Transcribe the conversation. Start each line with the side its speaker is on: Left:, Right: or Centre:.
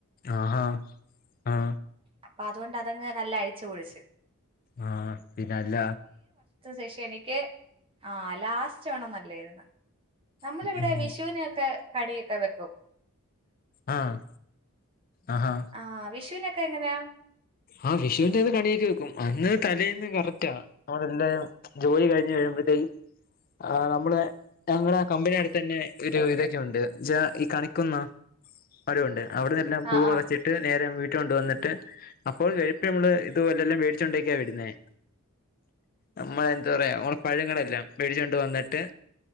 Left: ആഹാ അ
Right: അപ്പൊ അതുകൊണ്ട് അതങ്ങ് നല്ല അഴിച്ചു പൊളിച്ചു
Left: ആഹ് പിന്നെ അല്ല
Right: ശേഷം എനിക്ക് ആഹ് ലാസ്റ്റ് ഓണം നല്ലായിന്ന് നമ്മളിവിടെ
Left: ഉം
Right: വിഷുവിനൊക്കെ കടിയൊക്കെ വെക്കും
Left: ആഹ് ആഹാ
Right: ആഹ് വിഷുവിനൊക്കെ എങ്ങനെയാ
Left: ആഹ് വിഷുവിന്റെ അന്ന് കണിയൊക്ക വെക്കും അന്ന് തലേന്ന് കറക്റ്റാ <unintelligible> എല്ലാ ജോലി കഴിഞ്ഞ് കഴിയുമ്പോത്തേക്ക് ആഹ് നമ്മള് ഞങ്ങളുടെ ആ കമ്പനി അടുത്ത് തന്നെ ഒരു ഇതൊക്കെ ഉണ്ട് ഈ കണിക്കൊന്ന മരവുണ്ട് അവിടന്നെല്ലാം പൂ
Right: ആഹ്
Left: പറിച്ചിട്ട്
Right: ആഹ്
Left: നേര വി <unintelligible> വന്നിട്ട് അപ്പോൾ <unintelligible> നമ്മള് ഇത് വെല്ലല്ലാം മേടിച്ചൊണ്ടക്കാണ് വരുന്നേ നമ്മള് എന്താ പറയാ പഴങ്ങളെല്ലാം വേടിചോണ്ട് വന്നിട്ട്